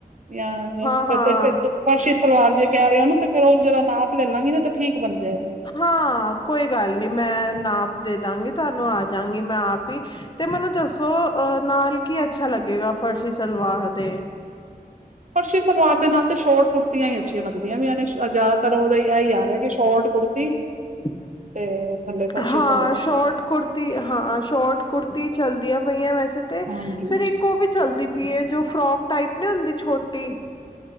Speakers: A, on the right (about 50°); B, on the left (about 30°).
A: ਯਾ
B: ਹਾਂ,
A: ਫਿਰ
B: ਹਾਂ
A: ਤੇ ਫਿਰ ਤੋ ਫਰਸ਼ੀ ਸਲਵਾਰ ਜੇ ਕੈ ਰੇ ਓ ਨਾ ਫੇਰ ਓਂਜ ਓਦਾਂ ਨਾਪ ਲੈ ਲਾਂਗੀ ਨਾ ਤੇ ਠੀਕ ਬਣ ਜੇ
B: ਹਾਂ, ਕੋਈ ਗੱਲ ਨੀ ਮੈਂ ਨਾਪ ਦੇ ਦਾਂਗੀ ਤੁਆਨੂੰ ਆਜਾਂਗੀ ਮੈਂ ਆਪ ਈ। ਤੇ ਮੈਨੂੰ ਦੱਸੋ ਅ ਨਾਲ ਕੀ ਅੱਛਾ ਲੱਗੇਗਾ ਫਰਸ਼ੀ ਸਲਵਾਰ ਦੇ।
A: ਫਰਸ਼ੀ ਸਲਵਾਰ ਦੇ ਨਾਲ ਤੇ ਸ਼ੋਰਟ ਕੁੁਰਤੀਆਂ ਈ ਅੱਛੀਆਂ ਲੱਗਦੀਆਂ ਪੀਆਂ ਨੇ। ਜ਼ੈਦਾਤਰ ਓ ਐ ਈ ਆਰੇਆ ਏ ਕਿ ਸ਼ੋਰਟ ਕੁੜਤੀ
B: ‌ <inaudible>
A: ਤੇ ਥੱਲੇ ਫਰਸ਼ੀ
B: ਹਾਂ,
A: ਸਲਵਾਰ
B: ਸ਼ੋਰਟ ਕੁੜ ਤੀ, ਹਾਂ ਸ਼ੋਟ ਕੁੁੜਤੀ ਚਲਦੀਆਂ ਪਈਆਂ ਵੈਸੇ ਤੇ
A: ਹਾਂਜੀ
B: ਫੇਰ ਇੱਕ ਓ ਵੀ ਚੱਲਦੀ ਪਈਏ ਜੋ ਫਰੋਕ ਟਾਈਪ ਨੀ ਹੁੰਦੀ ਛੋਟੀ।